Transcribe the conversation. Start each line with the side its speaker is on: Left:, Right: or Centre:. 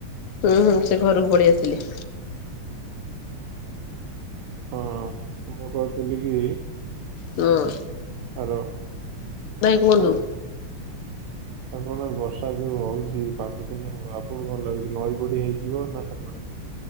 Left: ହୁଁ ହୁଁ ସେ ଘରକୁ ପଳେଇ ଆସିଲି।
Right: ହଁ ମୁଁ କହୁଥିଲି କି?
Left: ନୂଅ।
Right: ହ୍ୟାଲୋ ଆପଣ
Left: କୁହନ୍ତୁ
Right: ଆପଣଙ୍କ ବର୍ଷା ଯୋଉ ହଉଚି ପାଞ୍ଚ ଦିନ ହବ ଆପଣଙ୍କୁ କଣ ଲାଗୁଛି ନଈ ବଡି ହେଇଯିବ ନା ହେବନାହିଁ।